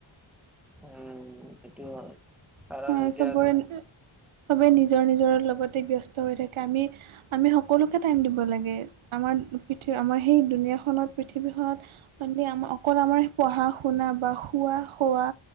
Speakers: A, in the centre; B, on the right.
A: উম, সেইটো হয় কাৰণ
B: হয়
A: এতিয়া
B: চবৰে চবেই নিজৰ - নিজৰ লগতে ব্যস্ত হৈ থাকে আমি - আমি সকলোকে টাইম দিব লাগে। আমাৰ পৃথিৱী আমাৰ সেই দুুনীয়াখনত পৃথিৱীখন মানে আমাৰ অকল আমাৰ পঢ়া শুনা বা শুৱা খোৱা